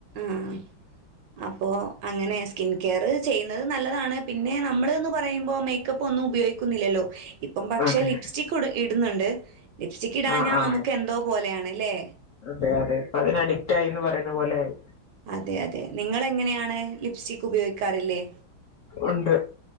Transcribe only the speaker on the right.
ആഹ് അപ്പോ അങ്ങനെ സ്കിൻ കെയർ ചെയ്യുന്നത് നല്ലതാണ് പിന്നെ നമ്മള്ന്ന് പറ ഞ്ഞ് കഴിയുമ്പോ മേക്കപ്പ് ഒന്നും ഉപയോഗിക്കുന്നില്ലല്ലോ ഇപ്പം പക്ഷെ
ലിപ്സ്റ്റിക്ക് ഇടു ഇടുന്നെണ്ട് ലിപ്സ്റ്റിക്ക് ഇടാഞ്ഞാ
നമുക്ക് എന്തോ പോലെയാണ് ഇല്ലേ
അതെ അതെ നിങ്ങളെങ്ങനെയാണ് ലിപ്സ്റ്റിക്ക് ഉപയോഗിക്കാറില്ലേ?